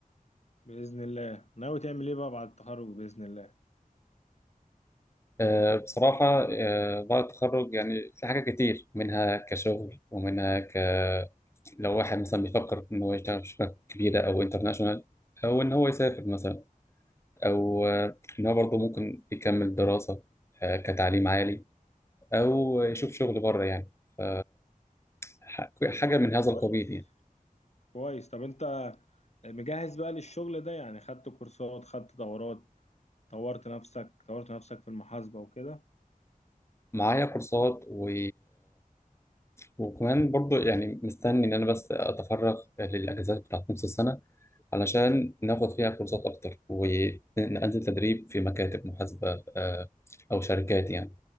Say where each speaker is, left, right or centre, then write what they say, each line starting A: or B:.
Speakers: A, on the left (about 50°); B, on the left (about 15°).
A: بإذن الله ناوي تعمل إيه بقى بعد التخرج بإذن الله
B: أه بصراحه أه بعد التخرج يعني في حاجات كتير منها كشغل ومنها ك لو واحد مثلا بيفكر ان هو يشتغل في شركه كبيره او انترناشونال او ان هو يسافر مثلا او آه، ان هو برضه ممكن يكمل دراسه آه، كتعليم عالي او يشوف شغل بره يعني ف- ح- حاجه من هذا
A: كويس
B: القبيل يعني
A: كويس طب أنت مجهز بقى للشغل ده يعني خدت كورسات خدت دورات طورت نفسك طورت نفسك في المحاسبة وكده
B: معايا كورسات و وكمان برضو يعني مستني إن أنا بس أتفرغ للأجازات بتاعت نص السنة علشان ناخد فيها كورسات أكتر وننزل تدريب في مكاتب محاسبة آه، أو شركات يعني